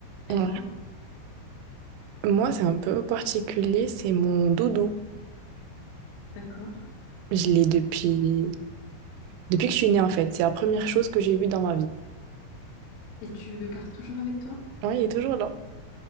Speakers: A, on the left; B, on the right.
A: Et
B: on-
A: toi?
B: Moi, c'est un peu particulier, c'est mon doudou.
A: D'accord.
B: Je l'ai depuis... depuis que je suis née, en fait. C'est la première chose que j'ai vue dans ma vie.
A: Et tu le gardes toujours avec toi?
B: Oui, il est toujours là.